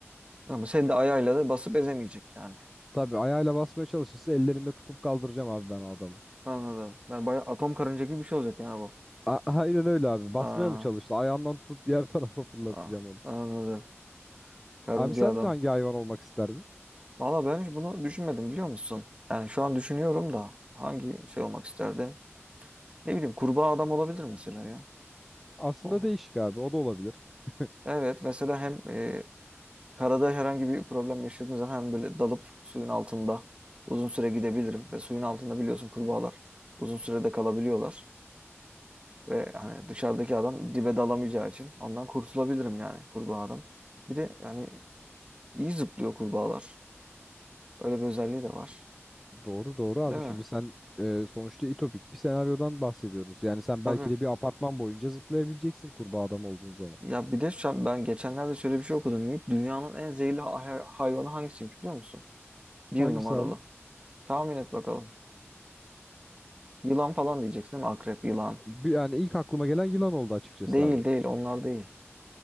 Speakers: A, on the right; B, in the centre.
A: Ama seni de ayağıyla da basıp ezemeyecek yani.
B: Tabii ayağıyla basmaya çalışırsa ellerimle tutup kaldıracağım abi ben o adamı.
A: Anladım. Ben bayağı atom karınca gibi bir şey olacak yani bu.
B: A- aynen öyle abi. Basmaya
A: Aa,
B: mı çalıştı? Ayağından tutup diğer <laughs> tarafa fırlatacağım
A: aa,
B: onu.
A: anladım. Karınca
B: Abi sen
A: adam.
B: hangi hayvan olmak isterdin?
A: Valla ben hiç bunu düşünmedim biliyor musun? Yani şu an düşünüyorum da hangi şey olmak isterdim? Ne bileyim kurbağa adam olabilir mesela ya.
B: Aslında
A: O.
B: değişik abi. O da olabilir. <laughs>
A: Evet mesela hem e, karada herhangi bir problem yaşadığınız zaman hem böyle dalıp suyun altında uzun süre gidebilirim. Ve suyun altında biliyorsun kurbağalar uzun sürede kalabiliyorlar. Ve hani dışarıdaki adam dibe dalamayacağı için ondan kurtulabilirim yani kurbağa adam. Bir de yani İyi zıplıyor kurbağalar. Öyle bir özelliği de var.
B: Doğru doğru abi
A: Değil
B: şimdi
A: mi?
B: sen e, sonuçta itopik bir senaryodan bahsediyoruz. Yani sen
A: Tabii.
B: belki de bir apartman boyunca zıplayabileceksin kurbağa adam olduğun zaman.
A: Ya bir de şu an ben geçenlerde şöyle bir şey okudum Yiğit. Dünyanın en zehirli hay- hayvanı hangisiymiş biliyor musun? Bir
B: Hangisi
A: numaralı.
B: abi?
A: Tahmin et bakalım. Yılan falan diyeceksin değil mi? Akrep, yılan.
B: Bir, yani ilk aklıma gelen yılan oldu açıkçası
A: Değil
B: abi.
A: değil onlar değil.